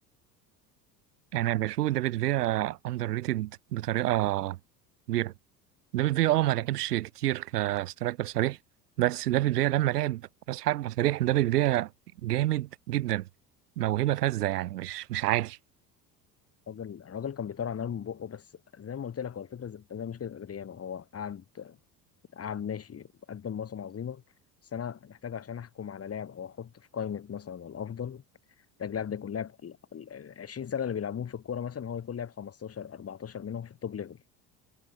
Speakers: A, on the right; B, on the left.
A: انا بشوف دافيد فيا اندر ريتد بطريقه كبيره دافيد فيا اه ما لعبش كتير كسترايكر صريح بس دافيد فيا لما لعب راس حربة صريح دافيد فيا جامد جدا موهبه فذه يعني مش مش عادي
B: راجل الراجل كان بيطلع نار من بقه بس زي ما قلت لك هو الفكره زي زي مشكله ادريانو هو قعد قعد ماشي قدم موسم عظيمه بس انا محتاج عشان احكم على لاعب او احط في قائمه مثلا الافضل محتاج لاعب ده يكون لاعب ال ال- ال- 20 سنه اللي بيلعبوهم في الكوره مثلا هو يكون لاعب 15 14 منهم في التوب ليفل